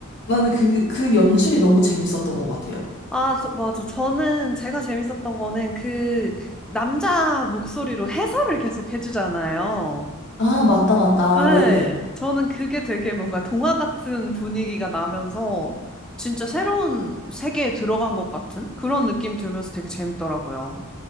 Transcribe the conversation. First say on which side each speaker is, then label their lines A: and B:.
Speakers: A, on the left; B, in the centre.
A: 나는 그, 그 연출이 너무 재밌었던 것 같아요.
B: 아, 저- 맞아. 저는 제가 재밌었던 거는 그 남자 목소리로 해설을 계속 해주잖아요.
A: 아, 맞다, 맞다.
B: 네.
A: 네네.
B: 저는 그게 되게 뭔가 동화 같은 분위기가 나면서 진짜 새로운 세계에 들어간 것 같은 그런 느낌 들면서 되게 재밌더라고요.